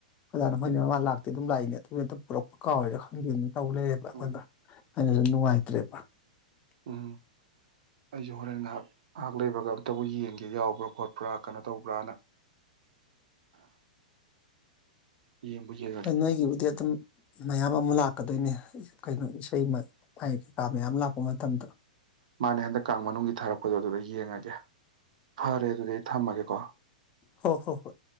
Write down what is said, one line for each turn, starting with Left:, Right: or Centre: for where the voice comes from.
Left: <unintelligible> ꯃꯣꯏ ꯃꯥꯃ ꯂꯥꯛꯇꯦ ꯑꯗꯨꯝ ꯂꯥꯛꯏꯅꯦ ꯇꯨꯠꯇ ꯄꯨꯔꯛꯄ ꯀꯥꯎꯔꯤꯔ ꯈꯪꯗꯦꯃꯤ ꯇꯧꯔ ꯂꯩꯔꯦꯕ ꯑꯩꯉꯟꯗ
Right: ꯎꯝ
Left: ꯑꯩꯅꯁꯨ ꯅꯨꯡꯉꯥꯏꯇ꯭ꯔꯦꯕ <inaudible>
Right: ꯎꯝ ꯑꯩꯁꯨ ꯍꯣꯔꯦꯟ ꯉꯥꯏꯍꯥꯛ ꯉꯥꯏꯍꯥꯛ ꯂꯩꯕꯒ ꯑꯝꯇꯕꯨ ꯌꯦꯡꯒꯦ ꯌꯥꯎꯕ꯭ꯔꯥ ꯈꯣꯠꯄ꯭ꯔꯥ ꯀꯩꯅꯣ ꯇꯧꯕ꯭ꯔꯥꯅ ꯌꯦꯡꯕꯨ ꯌꯦꯡ
Left: ꯍꯣꯏ ꯅꯣꯏꯒꯤꯕꯨꯗꯤ ꯑꯗꯨꯝ ꯃꯌꯥꯝ ꯑꯃ ꯂꯥꯛꯀꯗꯣꯏꯅꯦ ꯀꯩꯅꯣ ꯏꯁꯩ <unintelligible> ꯀꯩꯀꯥ ꯃꯌꯥꯝ ꯂꯥꯛꯄ ꯃꯇꯝꯗꯨ
Right: ꯃꯥꯅꯦ ꯍꯟꯗꯛ ꯀꯥꯡ ꯃꯅꯨꯡꯒꯤ ꯊꯥꯔꯛꯄꯗꯣ ꯑꯗꯨꯗ ꯌꯦꯡꯉꯒꯦ ꯐꯔꯦ ꯑꯗꯨꯗꯤ ꯑꯩ ꯊꯝꯃꯒꯦꯀꯣ
Left: ꯍꯣ ꯍꯣ ꯍꯣꯏ